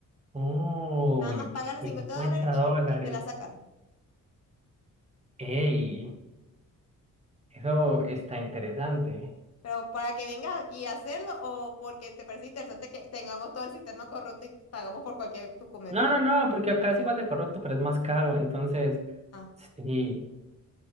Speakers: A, on the right; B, on the left.
A: Oh,
B: Nada más pagas los
A: 50
B: 50 dólares y
A: dólares.
B: ya, y te la sacan.
A: Ey, eso está interesante.
B: Pero para que vengas aquí a hacerlo o porque te parece interesante que tengamos todo el sistema corrupto y pagamos por cualquier documento.
A: No, no, no, porque acá es igual de corrupto, pero es más caro. Entonces,
B: Ah,
A: sí.